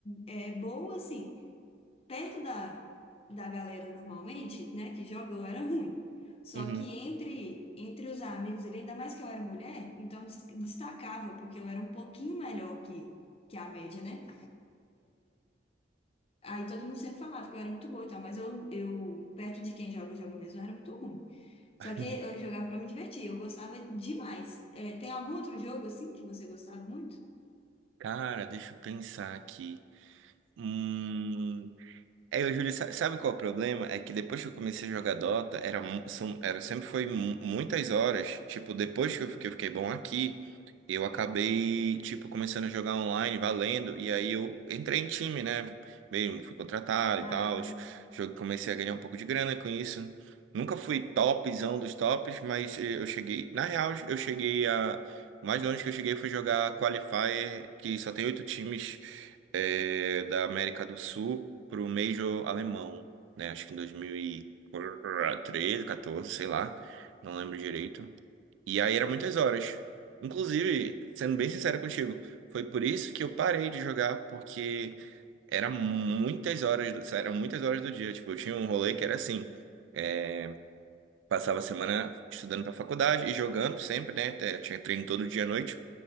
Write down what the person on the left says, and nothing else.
é, boa, assim, perto da, da galera normalmente, né, que joga, eu era ruim. Só
que entre, entre os amigos ali, ainda mais que eu era mulher, então des- destacava, porque eu era um pouquinho melhor que, que a média, né? Aí todo mundo sempre falava que eu era muito boa e tal, mas eu, eu perto de quem joga, joga mesmo, eu era muito ruim. Só
que eu jogava pra me divertir, eu gostava demais. É, tem algum outro jogo assim que você gostava muito?
Ah,